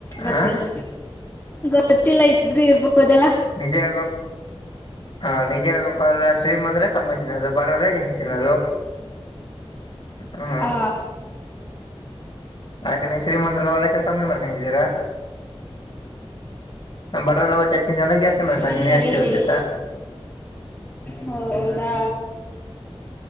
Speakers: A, on the left (about 20°); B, on the left (about 55°).
A: ಗೊತ್ತಿಲ್ಲ.
B: ಆ
A: ಗೊತ್ತಿಲ್ಲ ಇದ್ರು ಇರ್ಬೋದೆಲ್ಲ
B: ನಿಜೇ ಹೇಳ್ಬ ಹಾ ನಿಜೇ ಹೇಳ್ಬೇಕು ಅ್ರ ಶ್ರೀಮದ ಕಮ್ಮಿ. ಇ ಅದು ಬಡವರಗ ಅದು ಹ್ಮ್.
A: ಆ
B: ಅಕ ನೀ ಶ್ರೀಮಂತ ಅದಕ್ಕೆ ಕಮ್ಮಿ ಮಾಡ್ಕಿದ್ದೀರಾ. ನ ಬಟ ಲವ ಜಾಸ್ತಿದ ಒಂದಾಗ ಜಾಸ್ತಿ. ಮಾಡ್ಕೊಂಡ
A: ನಂತರಿ
B: ನೀವೇ ಅಷ್ಟು
A: ಏನಿಲ್ಲ
B: ಇವತ್ತೆ ಸ
A: ಹ ಹೌದಾ.